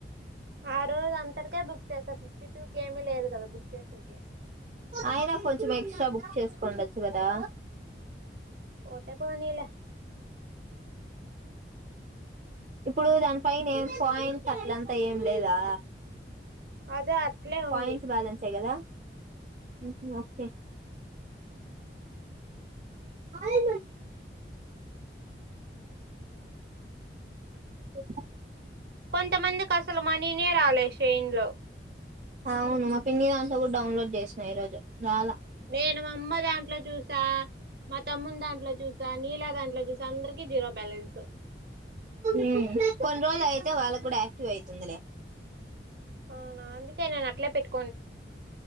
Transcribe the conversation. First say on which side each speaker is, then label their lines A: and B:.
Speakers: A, on the right; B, on the right.
A: ఆ రోజు అంతటికే బుక్ చేస్తారు ఫిఫ్టీ టూ కీ ఏమిలేదు కదా బుక్ చేసేకి
B: అయినా కొంచెం ఎక్స్ట్రా బుక్ చేసుకోండచ్చు కదా
A: పోతే పోనీలే
B: ఇప్పుడు దాని పైన ఏం పాయింట్ అట్లంతా ఏం లేదా
A: అదే అట్లే ఉంది
B: పాయింట్స్ బ్యాలెన్స్యే కదా ఊహు ఓకే ఆయ ఇ
A: కొంతమందికి అసలు మనీనే రాలే శైన్ లో
B: అవును మా పిన్ని దాంట్లో కూడా డౌన్లోడ్ చేసిన ఈరోజు రాలా
A: నేను మా అమ్మద్ దాంట్లో చూసా మా తమ్ముని దాంట్లో చూసా నీలా దాంట్లో చూసా అందరికి జీరో బ్యాలెన్స్
B: ఊ కొన్ని రోజులు అయితే వాళ్ళ కూడా యాక్టివ్ అయితుందిలే
A: అవునా అందుకే నేను అట్లే పెట్టు